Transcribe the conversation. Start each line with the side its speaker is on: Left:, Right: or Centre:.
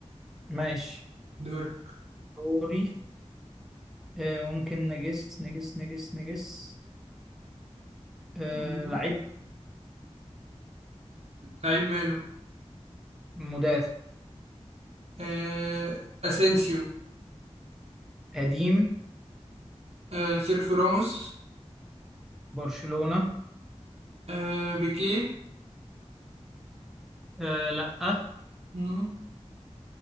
Centre: ماشي
Right: دورك
Centre: دوري آه، ممكن نجس نجس نجس نجس آه،
Right: أيوة.
Centre: لعيب
Right: لعيب ماله
Centre: مدافع
Right: آه أسينسيو
Centre: قديم
Right: آه سيرخيو راموس
Centre: برشلونة
Right: آه بيكيه
Centre: آه، لأ
Right: مم.